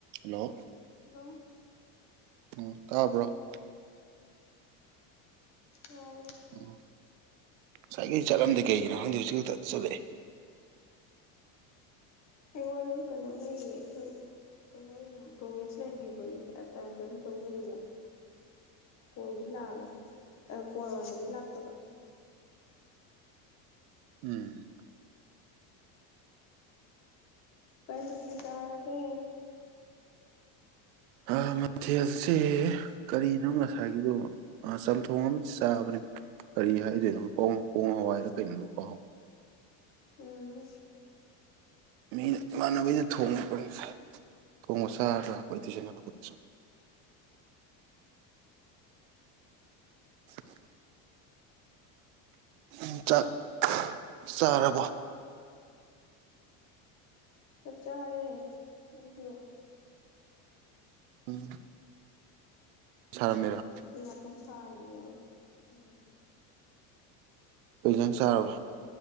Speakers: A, on the right; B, on the left.
A: Hello
B: hello
A: ꯎꯝ ꯇꯥꯕ꯭ꯔꯣ
B: ꯇꯥꯔꯦ
A: ꯎꯝ ꯉꯁꯥꯏꯈꯩ ꯆꯠꯂꯝꯗꯦ ꯀꯩꯒꯤꯅꯣ ꯈꯪꯗꯦ ꯍꯧꯖꯤꯛ ꯈꯛꯇ ꯇꯥ ꯆꯠꯂꯛꯑꯦ
B: ꯑꯩꯉꯣꯟꯗꯖꯨ ꯀꯩꯅꯣ ꯂꯩꯌꯦ ꯈꯣꯏ ꯀꯩ ꯍꯥꯏꯗꯣꯏꯅꯣ ꯄ꯭ꯔꯣꯒꯦꯁ ꯫ ꯂꯩꯕꯒꯤ ꯇꯥꯏꯞ ꯗꯨꯝ ꯇꯧ ꯂꯩꯕ ꯫ ꯀꯣꯜꯗꯤ ꯂꯥꯛꯑꯒ ꯑꯥ ꯀꯣꯜ ꯑꯣꯏꯅꯗꯤ ꯂꯥꯛꯇꯕ ꯫
A: ꯎꯝ ꯫
B: ꯀꯩ ꯃꯊꯦꯟ ꯆꯥꯔꯒꯦ ꯫
A: ꯑꯥ ꯃꯊꯦꯜꯁꯦ ꯀꯔꯤꯅꯣ ꯉꯁꯥꯏꯒꯤꯗꯨꯕꯣ ꯫ ꯑꯥ ꯆꯝꯊꯣꯡ ꯑꯃ ꯆꯥꯕꯅꯦ ꯀꯔꯤ ꯍꯥꯏꯗꯣꯏꯅꯣ ꯄꯣꯡ - ꯄꯣꯡ ꯍꯋꯥꯏꯔ ꯀꯩꯅꯣꯗꯣ ꯀꯥꯎ
B: ꯎꯝ
A: ꯃꯤꯅ ꯏꯃꯥꯟꯅꯕꯩꯗ ꯊꯣꯡꯉꯛꯄꯅꯤꯗꯥ ꯊꯣꯡꯕ ꯆꯥꯔ ꯍꯜꯂꯛꯄꯅꯤ ꯇꯨꯏꯁꯟ ꯍꯜꯂꯛ ꯄꯗꯁꯨ ꯫ <unintelligible> ꯎꯪ ꯆꯥꯛ ꯆꯥꯔꯕꯣ ꯫
B: ꯆꯥꯛ ꯆꯥꯔꯦ ꯑꯩꯗꯣ ꯫
A: ꯎꯝ ꯁꯥꯔꯝꯃꯤꯔꯣ ꯫
B: ꯐꯤ ꯉꯥꯛꯇꯪ ꯁꯥꯔꯝꯈꯤꯒꯦꯅ ꯎꯝ
A: ꯀꯩ ꯏꯟꯖꯥꯡ ꯆꯥꯔꯕꯥ꯫